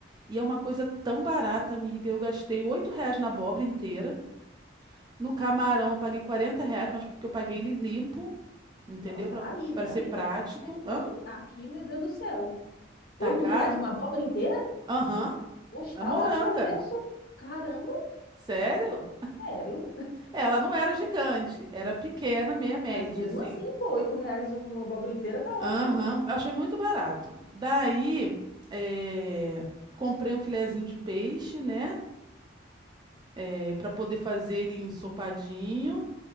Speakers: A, on the right; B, on the left.
A: E é uma coisa tão barata, amiga. Eu gastei 8 reais na abóbora inteira. No camarão eu paguei 40 reais, mas porque eu paguei ele limpo, entendeu?
B: Nossa,
A: Pra,
B: aí,
A: pra
B: né, amiga?
A: ser prático.
B: Porque aqui,
A: Hã?
B: aqui, meu Deus do céu.
A: Tá
B: Oito
A: caro?
B: reais uma abóbora inteira?
A: Aham.
B: Poxa,
A: A
B: tá
A: moranga.
B: ótimo o preço. Caramba,
A: Sério?
B: sério.
A: É, Ela não era gigante, era pequena, meia média,
B: Mas mesmo
A: assim.
B: assim, pô, oito reais uma abóbora inteira tá ótimo.
A: Aham, eu achei muito barato. Daí, eh, comprei um filezinho de peixe, né? É, para poder fazer ele ensopadinho.